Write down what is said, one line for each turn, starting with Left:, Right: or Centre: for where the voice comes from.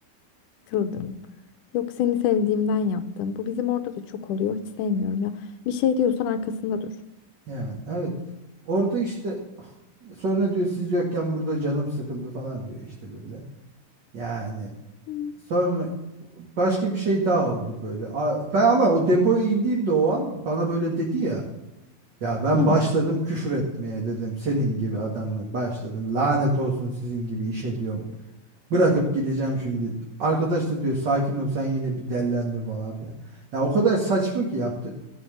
Left: takıldım. Yok seni sevdiğimden yaptım. Bu bizim orada da çok oluyor. Hiç sevmiyorum ya. Bir şey diyorsan arkasında dur.
Right: yani evet. Orada işte sonra diyor siz yokken burada canım sıkıldı falan diyor işte böyle. Yani
Left: Hı.
Right: sonra başka bir şey daha oldu böyle. A- Ben ama o depoya indiğimde o an bana böyle dedi ya. Ya ben
Left: Hı.
Right: başladım küfür etmeye dedim. Senin gibi adamı başladım. Lanet olsun sizin gibi işe diyorum. Bırakıp gideceğim şimdi. Arkadaş da diyor sakin ol sen yine bir dellendin falan filan. Ya o kadar saçma ki yaptı.